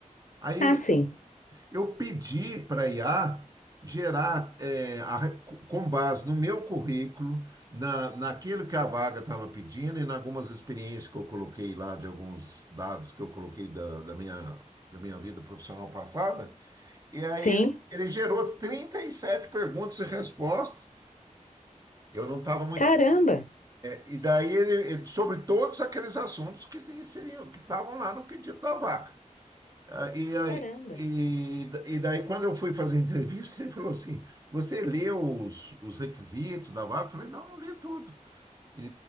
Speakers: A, on the right; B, on the left.
A: Aí
B: Ah, sim.
A: eu pedi para a IA gerar, eh, a com base no meu currículo, na, naquilo que a vaga estava pedindo e em algumas experiências que eu coloquei lá, de alguns dados que eu coloquei da, da minha, da minha vida profissional passada. E aí
B: Sim.
A: ele, ele gerou 37 perguntas e respostas. Eu não estava muito.
B: Caramba,
A: E daí ele, ele- sobre todos aqueles assuntos que seriam, que estavam lá no pedido da vaga. Ah, E, aí-
B: caramba.
A: e, e daí, quando eu fui fazer a entrevista, ele falou assim: Você leu os, os requisitos da vaga? Eu falei: Não, eu li tudo. E,